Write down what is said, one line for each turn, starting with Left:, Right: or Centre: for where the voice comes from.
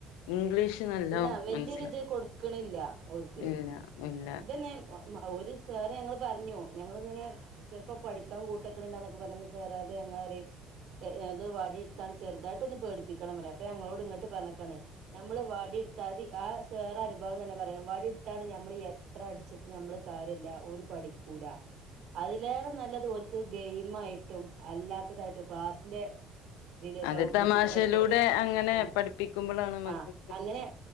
Left: ഇംഗ്ലീഷ് നല്ലോം
Right: ഇല്ല വല്യ
Left: മനസ്സിലാ
Right: രീതിയിൽ കൊടുക്കണില്ല ഓര്ക്ക്
Left: ഇല്ല ഇല്ല.
Right: ഇതന്നെ ഒരു സാറ് ഞങ്ങള് പറഞ്ഞൂ ഞങ്ങളിങ്ങനെ ചിലപ്പോ പഠിക്കാൻ കൂട്ടക്കണില്ലന്നൊക്കെ പറയ്മ്പൊ സാറ് അതെ ഇങ്ങള് പറയും അത് വടി താണ് ചെറുതായിട്ട് ഒന്ന് പേടിപ്പിക്കണം ന്ന് പറയും അപ്പ ഞങ്ങളോട് ഇങ്ങോട്ട് പറഞ്ഞേക്കാണേ നമ്മള് വാ വടി എടുത്താൽ മതി ആ സാറ് അനുഭവം തന്നെ പറയണം വടി എടുത്താണ്ട് നമ്മള് എത്ര അടിച്ചിട്ട് നമ്മള് കാര്യമില്ല ഒരു പടി ക്കൂല അതിലേറെ നല്ലത് ഓൽക്ക് ഗെയിം ആയിട്ടും അല്ലാത്തതായിട്ടും ക്ലാസ്സിലെ ഇതിലെ
Left: അത്
Right: സൗഹൃദത്തിൽ
Left: തമാശയിലൂടെ
Right: കൂടെ ആയിട്ട്
Left: അങ്ങനെ
Right: എടുക്കണം
Left: പഠിപ്പിക്കുമ്പോളാണ് നമ്മുക്ക്
Right: ആഹ് അങ്ങനെ